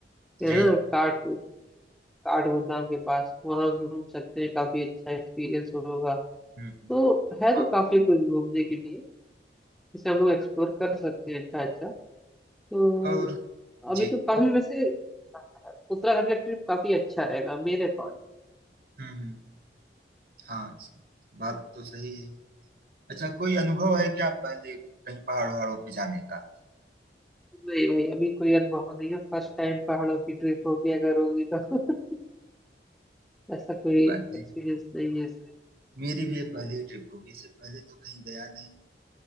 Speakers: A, in the centre; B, on the right.
A: है
B: जी,
A: ना
B: जी।
A: काठ काठ गोदाम के पास वहां घूम सकते हैं काफी अच्छा एक्सपीरियंस होगा
B: हुँ, हुँ।
A: तो है
B: हाँ,
A: तो काफी कुछ घूमने के लिए जिसे हम लोग एक्सप्लोर कर सकते हैं अच्छा अच्छा तो
B: और
A: अभी
B: जी।
A: तो काफी वैसे उत्तराखंड का ट्रिप काफी अच्छा रहेगा मेरे अकॉर्डिंग
B: हुँ, हुँ। हाँ, बात तो सही है। अच्छा कोई अनुभव है क्या पहले कहीं पहाड़-वहाड़ों पे जाने का?
A: नहीं भाई अभी कोई अनुभव नहीं है फर्स्ट टाइम पहाड़ों की ट्रिप होगी अगर होगी तो <laughs> ऐसा कोई
B: कोई बात नहीं।
A: एक्सपीरियंस नहीं है इसका।
B: मेरी भी ये पहली ट्रिप होगी, इससे पहले तो कहीं गया नहीं।